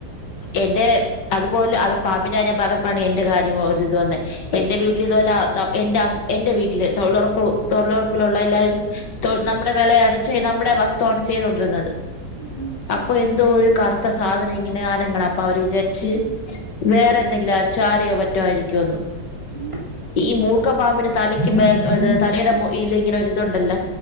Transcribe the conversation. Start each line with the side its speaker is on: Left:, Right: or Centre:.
Left: എന്റെ അതുപോലെ അത് പാമ്പിന്റെകാര്യം പറഞ്ഞപ്പയാണ് എന്റെ കാര്യം ഒരിത് വന്നെ എന്റെ വീട്ടിൽ ഇതുപോലെ എന്റെ എന്റെ വീട്ടില് തൊഴിലുറപ്പ് തൊഴിലുറപ്പിലുള്ള എല്ലാരും നമ്മുടെ വെളയാണ് നമ്മുടെ വസ്തുവാണ് ചെയ്തുകൊണ്ടിരുന്നത്
Right: ഉം ഉം
Left: ഇപ്പൊ എന്തോ ഒരു കർത്ത സാധനം ഇങ്ങനെ അനങ്ങ്ണ് അപ്പ അവര് വിചാരിച്ച്
Right: ആ
Left: വേറെ എന്തെങ്കിലും ആ ചാരിയോ മറ്റോ ആയിരിക്കോ എന്ന്
Right: ആ
Left: ഈ മൂർക്കം പാമ്പിന് തലയ്ക്കും
Right: ആ
Left: മേ
Right: ആ
Left: തലയുടെ ഇല ഇങ്ങനെ ഒരിതുണ്ടല